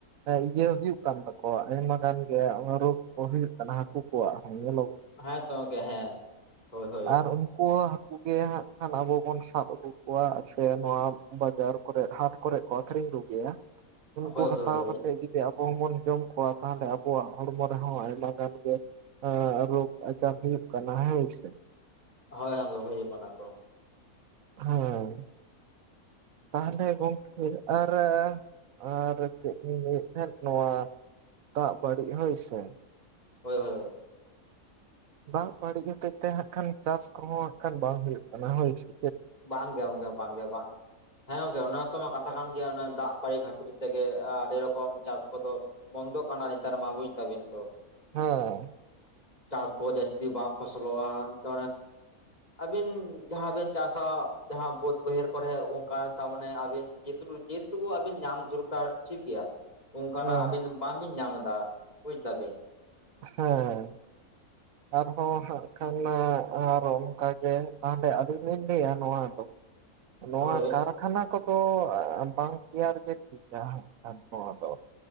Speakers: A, on the right; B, on the left.
A: ᱮᱸ ᱤᱭᱟᱹ ᱦᱩᱭᱩᱜ ᱠᱟᱱ ᱛᱟ ᱠᱚ ᱟᱭᱢᱟ ᱜᱟᱱ ᱜᱮ ᱨᱳᱜᱽ ᱠᱚ ᱦᱩᱭᱩᱜ ᱠᱟᱱᱟ ᱦᱟᱹᱠᱩ ᱠᱚᱣᱟᱜ ᱦᱚᱸ ᱧᱮᱞᱚᱜ
B: ᱦᱮᱸ ᱛᱚ ᱜᱚᱝᱠᱮ ᱦᱮᱸ ᱦᱳᱭ ᱦᱳᱭ
A: ᱟᱨ ᱦᱟᱹᱠᱩ ᱦᱚᱸ ᱦᱟᱹᱠᱩ ᱜᱮ ᱦᱟᱸᱜ ᱠᱷᱟᱱ ᱟᱵᱚ ᱵᱚᱱ ᱥᱟᱵ ᱟᱹᱜᱩ ᱠᱚᱣᱟ ᱥᱮ ᱱᱚᱣᱟ ᱵᱟᱡᱟᱨ ᱠᱚᱨᱮ ᱦᱟᱴ ᱠᱚᱨᱮ ᱠᱚ ᱟᱠᱷᱨᱤᱧ ᱠᱚᱜᱮᱭᱟ ᱩᱱᱠᱩ
B: ᱦᱳᱭ
A: ᱦᱟᱛᱟᱣ
B: ᱦᱳᱭ
A: ᱠᱟᱛᱮᱫ
B: ᱦᱳᱭ
A: ᱡᱩᱫᱤ ᱟᱵᱚ ᱦᱚᱸᱵᱚᱱ ᱡᱚᱢ ᱠᱚᱣᱟ ᱛᱟᱦᱚᱞᱮ ᱟᱵᱚᱣᱟ ᱦᱚᱲᱢᱚ ᱨᱮᱦᱚᱸ ᱟᱭᱢᱟ ᱜᱟᱱ ᱜᱮ ᱟᱨ ᱨᱳᱜ ᱟᱡᱟᱨ ᱦᱩᱭᱩᱠᱟᱱᱟ ᱦᱮᱸ ᱥᱮ
B: ᱦᱳᱭ ᱚᱱᱟᱜᱮ ᱦᱤᱡᱩᱜ ᱠᱟᱱᱟ ᱛᱚ
A: ᱦᱮᱸ ᱛᱟᱦᱚᱞᱮ ᱜᱚᱝᱠᱮ ᱟᱨ ᱟᱨ ᱪᱮᱫ ᱤᱧ ᱞᱟᱹᱭᱮᱫ ᱛᱟᱦᱮᱸᱱ ᱱᱚᱣᱟ ᱫᱟᱸ ᱵᱟᱹᱲᱤᱡ ᱦᱚᱭᱥᱮ
B: ᱦᱳᱭ ᱦᱳᱭ ᱦᱳᱭ
A: ᱫᱟᱸ ᱵᱟᱹᱲᱤᱡ ᱦᱚᱛᱮᱡ ᱛᱮ ᱦᱟᱸᱜ ᱠᱷᱟᱱ ᱪᱟᱥ ᱠᱚᱦᱚᱸ ᱦᱟᱸ ᱠᱷᱟᱱ ᱵᱟᱝ ᱦᱩᱭᱩᱜ ᱠᱟᱱᱟ ᱦᱳᱭᱥᱮ
B: ᱵᱟᱝ ᱜᱮ ᱚᱱᱠᱟ ᱵᱟᱝ ᱜᱮ ᱵᱟᱝ ᱦᱮᱸ ᱜᱚᱝᱠᱮ ᱚᱱᱟ ᱛᱚ ᱢᱟ ᱠᱟᱛᱷᱟ ᱠᱟᱱ ᱜᱮᱭᱟ ᱫᱟᱸ ᱵᱟᱝ ᱠᱷᱟᱹᱛᱤᱨ ᱛᱮᱜᱮ ᱟᱹᱰᱤ ᱨᱚᱠᱚᱢ ᱪᱟᱥ ᱠᱚᱫᱚᱻᱻ ᱵᱚᱱᱫᱚ ᱠᱟᱱᱟ ᱱᱮᱛᱟᱨ ᱢᱟ ᱵᱩᱡ ᱫᱟᱵᱤᱱ ᱛᱚ
A: ᱦᱮᱸ
B: ᱪᱟᱥ ᱠᱚ ᱡᱟᱹᱥᱛᱤ ᱵᱟᱝ ᱯᱷᱚᱥᱚᱞᱚᱜᱼᱟ ᱛᱮ ᱟᱹᱵᱤᱱ ᱡᱟᱦᱟᱸᱵᱤᱱ ᱪᱟᱥᱟ ᱡᱟᱦᱟᱸ ᱵᱟᱹᱫᱽ ᱵᱟᱹᱭᱦᱟᱹᱲ ᱠᱚᱨᱮ ᱚᱱᱠᱟᱱ ᱛᱟ ᱢᱟᱱᱮ ᱟᱹᱵᱤᱱ ᱡᱮ ᱡᱮᱴᱩᱠᱩ ᱟᱵᱤᱱ ᱧᱟᱢ ᱫᱚᱨᱠᱟᱨ ᱴᱷᱤᱠ ᱜᱮᱭᱟ ᱚᱱᱠᱟᱱᱟᱜ
A: ᱦᱮᱸ
B: ᱟᱵᱤᱱ ᱵᱟᱝ ᱵᱤᱱ ᱧᱟᱢ ᱮᱫᱟ ᱵᱩᱡ ᱫᱟᱵᱤᱱ
A: ᱦᱮᱸ ᱟᱨᱦᱚᱸ ᱦᱟᱸᱜ ᱠᱷᱟᱱ ᱟᱨ ᱚᱱᱠᱟᱜᱮ ᱛᱟᱦᱚᱞᱮ ᱟᱹᱞᱤᱧ ᱞᱤᱧ ᱞᱟᱹᱭᱟ ᱱᱚᱣᱟ ᱫᱚ ᱱᱚᱣᱟ
B: ᱦᱳᱭ
A: ᱠᱟᱨ ᱦᱟᱱᱟ ᱠᱚᱫᱚ ᱵᱟᱝ ᱛᱮᱭᱟᱨ ᱜᱮ ᱴᱷᱤᱠᱟ ᱟᱵᱚ ᱫᱚ